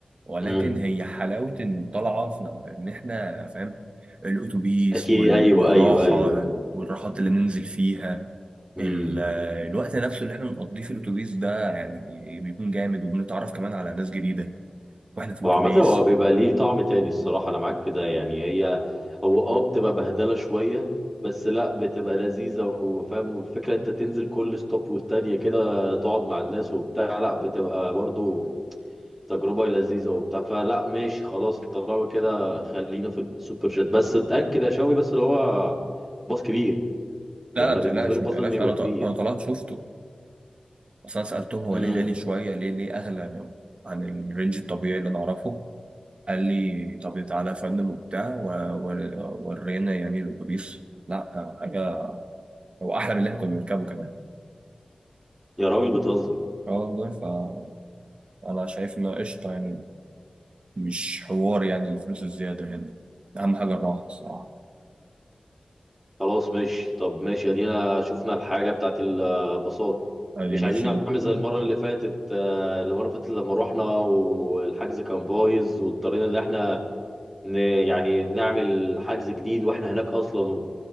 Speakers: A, on the right; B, in the centre.
A: ولكن
B: امم
A: هي حلاوه ان طالعه في نو... ان احنا فاهم الاتوبيس
B: اكيد
A: وال...
B: ايوه
A: والراحه
B: ايوه ايوه
A: والراحات اللي ننزل فيها
B: امم
A: ال- الوقت نفسه اللي احنا بنقضيه في الاتوبيس ده يعني بيكون جامد وبنتعرف كمان على ناس جديده واحنا في الاتوبيس
B: هو عامة هو بيبقى ليه طعم تاني الصراحة أنا معاك في ده يعني هي هو اه بتبقى بهدلة شوية بس لا بتبقى لذيذة وفاهم والفكرة أنت تنزل كل ستوب والتانية كده تقعد مع الناس وبتاع لا بتبقى برضو تجربة لذيذة وبتاع فلا ماشي خلاص طالما كده خلينا في السوبر جيت بس اتأكد يا شاوي بس اللي هو باص كبير
A: لا
B: يعني
A: لا
B: أنا
A: ما
B: بالنسبة
A: تقلقش
B: لي الباص
A: ما تقلقش
B: لازم يبقى
A: انا
B: كبير
A: ط- انا طلعت شفته اصلا سالتهم هو
B: امم
A: ليه غالي شويه ليه ليه اغلى عن الرينج الطبيعي اللي انا اعرفه قال لي طب تعالى يا فندم وبتاع و- و- ورينا يعني الاتوبيس لا آه، حاجه هو احلى من اللي احنا كنا بنركبه كمان
B: يا راجل بتهزر
A: اه والله فانا شايف انه قشطه يعني مش حوار يعني الفلوس الزياده هنا اهم حاجه الراحه الصراحه
B: خلاص ماشي طب ماشي ادينا شفنا الحاجه بتاعت الباصات
A: قال
B: مش
A: لي ماشي
B: عايزين نعمل زي المره اللي فاتت آه، المره اللي فاتت لما رحنا والحجز كان بايظ واضطرينا ان احنا ن... يعني نعمل حجز جديد واحنا هناك اصلا